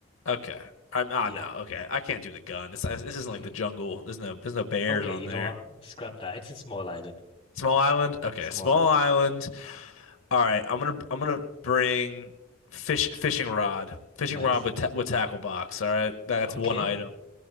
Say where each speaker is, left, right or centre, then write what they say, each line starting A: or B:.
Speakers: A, on the left (about 80°); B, on the left (about 30°).
A: Okay. I'm ah
B: Yeah.
A: no. Okay, I can't do the gun. This this isn't
B: Mm.
A: like the jungle. There's no there's no bears
B: Okay,
A: on
B: you
A: there.
B: know what? Scrap that. It's a small island.
A: Small island. Okay,
B: Small
A: small
B: island.
A: island. All right. I'm gonna I'm gonna bring fish fishing rod. Fishing
B: Nice.
A: rod with ta with tackle box. All right. That's
B: Okay.
A: one item.